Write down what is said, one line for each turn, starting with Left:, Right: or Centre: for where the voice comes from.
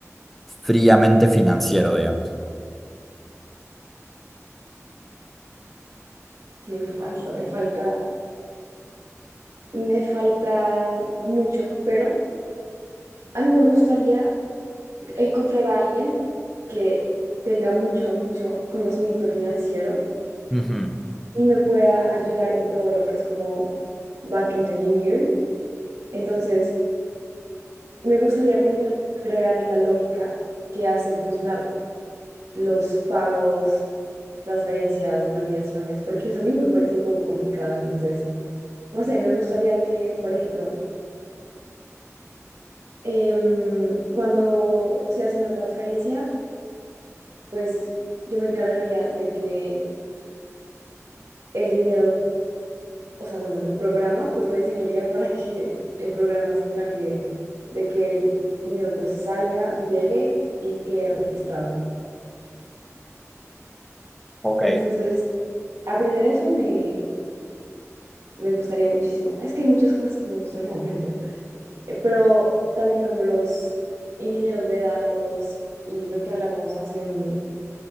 Centre: fríamente financiero, digamos?
Right: que me falta, me falta, me falta mucho, pero a mí me gustaría encontrar a alguien que tenga mucho, mucho conocimiento financiero
Centre: Ujú.
Right: y me pueda ayudar en todo lo que es como backend engineer. Entonces, me gustaría aprender a crear la lógica que hace funcionar los pagos, transferencias, validaciones, porque eso a mí me parece un poco complicado. Entonces, no sé, me gustaría que, por ejemplo, em, cuando se hace una transferencia, pues yo me encargaría de que el dinero o sea, bueno, en el programa, pues lo diseñaría para que el programa se encargue de que el dinero pues salga, llegue y quede registrado.
Centre: Ok.
Right: Entonces, aprender eso me, me gustaría muchísimo. Es que hay muchas cosas que me gustaría aprender, Eh, pero también como los ingenieros de datos y lo que hablamos hace un,